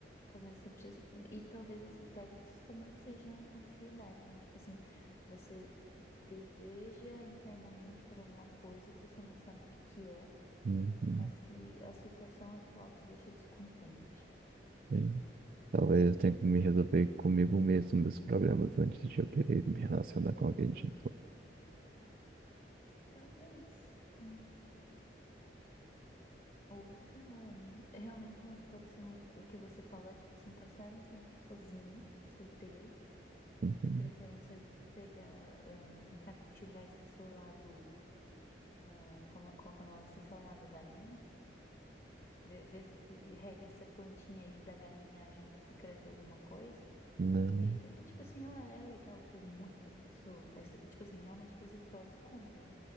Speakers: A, on the left; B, on the right.
A: Talvez você precise. E talvez esse tédio também seja ansiedade, né? Tipo assim, você deseja internamente por alguma coisa que você não sabe o que que é,
B: uhum,
A: mas que a situação atual te deixa descontente.
B: é. Talvez eu tenha que me resolver comigo mesmo meus problemas antes de eu querer me relacionar com alguém de novo.
A: Talvez, né? Ou sei lá, realmente pode ser o que você falou, é tipo assim, passar um tempo sozinho, solteiro,
B: Uhum.
A: de preferência pegar, ahn, tentar cultivar esse seu lado, ah, como- qual que é o nome? Esse seu lado galinha, ver, ver se, se rega essa plantinha aí da galinhagem, ver se cresce alguma coisa.
B: Não.
A: Isso, aí vê, tipo assim, ó, é legal ter muitas pessoas, aí cê- tipo assim, realmente fazer prós e contras, né?